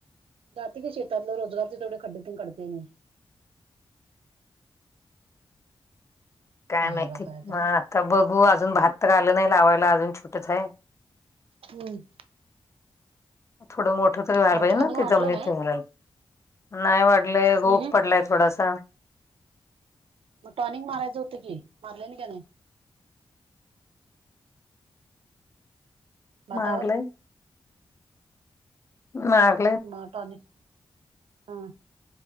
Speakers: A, on the right (about 80°); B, on the left (about 30°).
A: जाती की शेतातल रोजगार ते थोडे खड्डे तन काढते नी.
B: काय
A: राहायला
B: माहिती
A: काय खरं
B: म आता बघू अजून भात तर आलं नाही लावायला अजून छोटच आहे.
A: हम्म.
B: थोडं मोठ तरी व्हायला
A: मोठ
B: पाहिजे
A: अजून
B: ना
A: वाढलं
B: ते जमनीत
A: नाही
B: घालायाल. नाय वाढलंय रोग
A: हम्म.
B: पडलाय थोडासा.
A: मग टॉनिक मारायचं होतं की मारले नी काय नाई? भातावर
B: मारलंय. <unintelligible>
A: म टॉनिक हम्म.